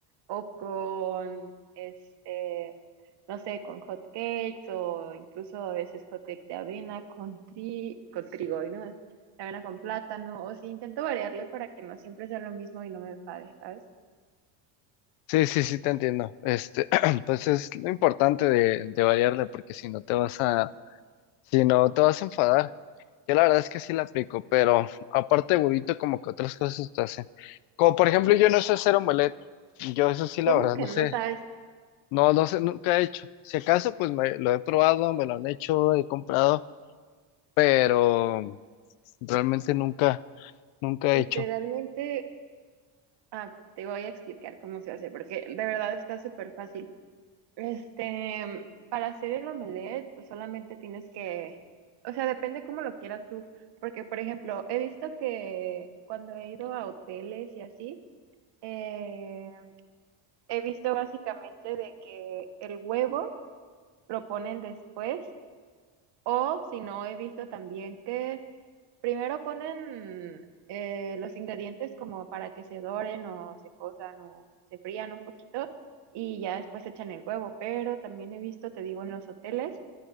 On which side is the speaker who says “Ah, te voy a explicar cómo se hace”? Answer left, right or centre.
Right